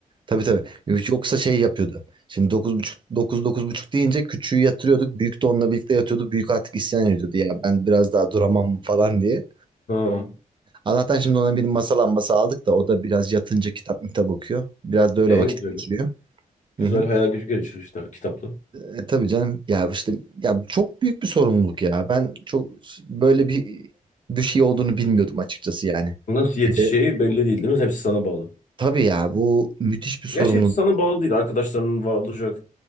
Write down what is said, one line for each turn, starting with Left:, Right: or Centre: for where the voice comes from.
Right: Tabii tabii. Yoksa şey yapıyordu. Şimdi dokuz buçuk dokuz dokuz buçuk deyince küçüğü yatırıyorduk. Büyük de onunla birlikte yatıyordu. Büyük artık isyan ediyordu. Ya ben biraz daha duramam falan diye.
Left: Ha,
Right: Allah'tan şimdi ona bir masa lambası aldık da o da biraz yatınca kitap kitap okuyor. Biraz da öyle
Left: e,
Right: vakit
Left: en güzeli.
Right: geçiriyor.
Left: Güzel
Right: Hı hı.
Left: hayal gücü gelişir işte kitapla.
Right: E, e, tabii canım. Ya işte ya çok büyük bir sorumluluk ya. Ben çok böyle bir bir şey olduğunu bilmiyordum açıkçası yani.
Left: Nasıl yetişeceği
Right: Bir
Left: belli değil değil mi? Hepsi sana bağlı.
Right: Tabii ya bu müthiş bir sorumluluk.
Left: Gerçi hepsi sana bağlı değil. Arkadaşların var olacak.